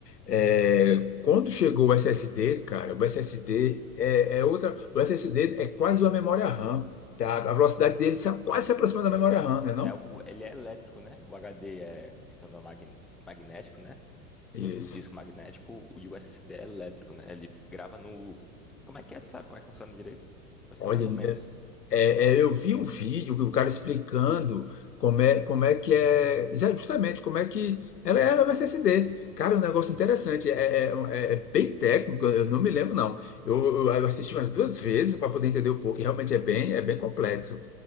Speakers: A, on the left; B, in the centre.
A: É, quando chegou o SSD, cara, o SSD é, é outra. O SSD é quase uma memória RAM, tá? A velocidade dele se, quase se aproxima da memória RAM, né, não?
B: É o, ele é elétrico, né? O HD é questão do magn, magnético, né? do,
A: Isso.
B: do disco magnético, o USD é elétrico, né? Ele grava no. Como é que é? Tu sabe como é que funciona direito? Vai
A: Olha,
B: ser mais ou menos.
A: é, é, eu vi um vídeo que o cara explicando como é, como é que é, exa- justamente como é que ela era o SSD. Cara, é um negócio interessante, é, é, é- é bem técnico, eu não me lembro, não. Eu, eu eu assisti umas duas vezes para poder entender um pouco, e realmente é bem, é bem complexo.